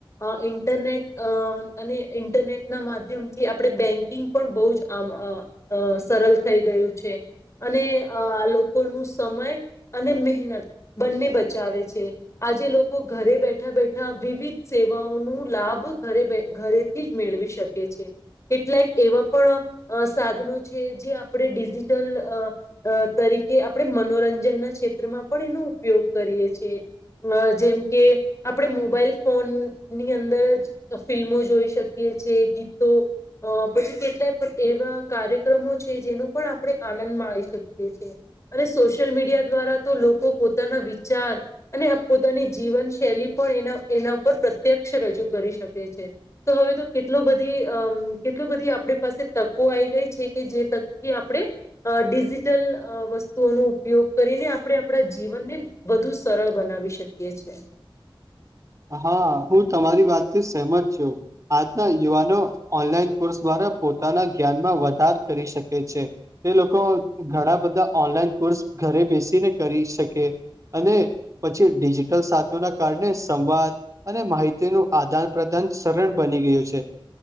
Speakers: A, on the left; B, on the right.
A: અ ઇન્ટરનેટ અ અને ઇન્ટરનેટ ના ધ્યમથી આપણે બેન્કિંગ પણ બહુજ આમ સરળ થઈ ગયું છે. અને આ લોકો નુ સમય અને મહેનત બંને બચાવે છે. આજે લોકો ઘરે બેઠા બેઠા વિવિધ સેવાઓનુ લાભ ઘરે ઘરેથીજ મેળવી શકે. કે છે. કેટલાક એવા પણ સાધનો છે જે આપણે ડિજિટલ અ તરી કે આપણે મનોરંજન ના ક્ષેત્રમાં પણ એનો ઉપયોગ કરીએ છીએ અ જેમ કે આપણે મોબાઈલ ફોનની અંદર જ ફિલ્મો જોઈ શકીએ છે ગીતો અ પછી કેટલાય પ એવા કાર્યક્રમો છે જેનુ પણ આપણે આનંદ માણી શકીએ છે. અને સોશિયલ મીડિયા દ્વારા તો લોકો પોતાના વિચાર અને પોતાની જીવન શૈલી પણ એના એના ઉપર પ્રત્યક્ષ રજૂ કરી શકે છે તો હવે તો કેટલો બધી અમ કેટલી બધી આપણી પાસે તકો આવી ગઈ છે કે જે તકથી આપણે ડિજિટલ વસ્તુઓનુ ઉપયોગ કરીને આપણે આપણા જીવનને વધુ સરળ બનાવી શકીએ છે. <inaudible>
B: હા હું તમારી વાત થી સહમત છું આજના યુવાનો ઓનલાઈન કોર્સ દ્વારા પોતાના જ્ઞાનમાં વધાર કરી શકે છે તે લોકો ઘણા બધા ઓનલાઈન કોર્સ ઘરે બેસીને કરી શકે અને પછી ડિજિટલ સાતો ના કારણે સંવાદ અને માહિતીનું આદાન પ્રદાન સરળ બની ગયું છે